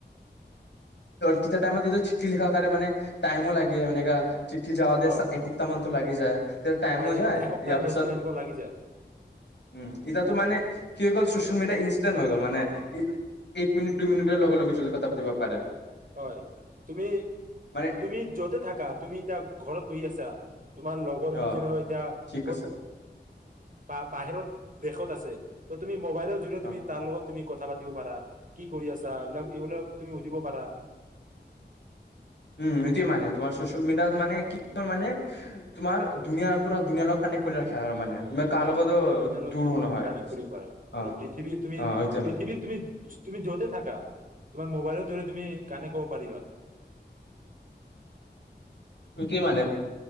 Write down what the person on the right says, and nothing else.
হয়
হয়
এসপ্তাহ
দহ
দিন এনেকুৱা লাগি যায়
হয় তুমি
তুমি যতে থাকা তুমি এতিয়া ঘৰত বহি আছা তোমাৰ লগৰবোৰ
যেনেৰোৱা এতিয়া
ক'ত
বা বাহিৰত দেশত আছে। ত, তুমি মোবাইলৰ যোৰিয়তে
তুমি তাৰ লগত তুমি কথা পাতিব পাৰা। কি কৰি আছা এইবিলাক এইবিলাক তুমি সুধিব পাৰা।
হয়
হয়
পুৰা দুনীয়াাৰ লগত
তুমি
কানেক্ট কৰিব পাৰা
পৃথিৱীত তুমি
পৃথিৱীত তুমি তুমি য'তে থাকা তোমাৰ মোবাইলৰ দৰে তুমি কানেক্ট পাৰিবা।